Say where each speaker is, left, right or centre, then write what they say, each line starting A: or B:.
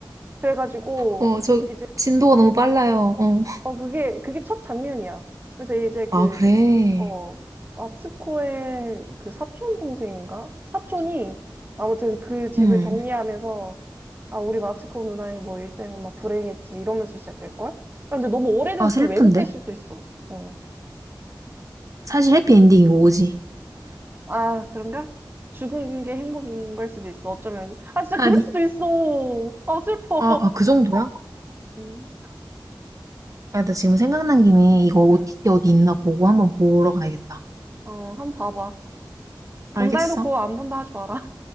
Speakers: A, on the right; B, on the right.
A: 그래가지고
B: 어, 저
A: 이제
B: 진도가 너무 빨라요. 어.
A: 어 그게 그게 첫 장면이야. 그래서 이제 그
B: 아, 그래.
A: 어, 아츠코의 그 사촌 동생인가? 사촌이 아무튼 그 집을
B: 음.
A: 정리하면서 아, 우리 마츠코 누나의 뭐 일생은 막 불행했지 이러면서 시작될걸? 근데 너무 오래돼서
B: 아, 슬픈데?
A: 좀 왜곡될 수도 있어. 어.
B: 사실 해피엔딩이고, 오지?
A: 아, 그런가? 죽은 게 행복인 걸 수도 있어. 어쩌면. 아, 진짜
B: 아니.
A: 그럴 수도 있어. 아, 슬퍼.
B: 아, 아, 그 정도야?
A: 응.
B: 아, 나 지금 생각난 김에 이거 OTT
A: 응.
B: 어디 있나 보고 한번 보러 가야겠다.
A: 어, 한번 봐봐. 본다
B: 알겠어?
A: 해놓고 안 본다 하지 마라.